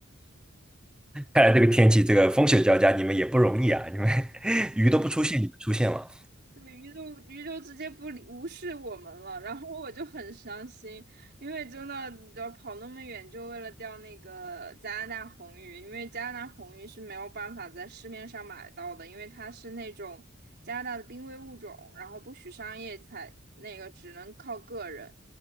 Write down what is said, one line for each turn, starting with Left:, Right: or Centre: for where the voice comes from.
Centre: 看来这个天气，这个风雪交加，你们也不容易啊，你们 <laughs> 鱼都不出现，你们出现了。
Right: 对，鱼就鱼就直接不理无视我们了，然后我就很伤心，因为真的，你知道跑那么远就为了钓那个加拿大红鱼，因为加拿大红鱼是没有办法在市面上买到的，因为它是那种加拿大的濒危物种，然后不许商业采，那个只能靠个人，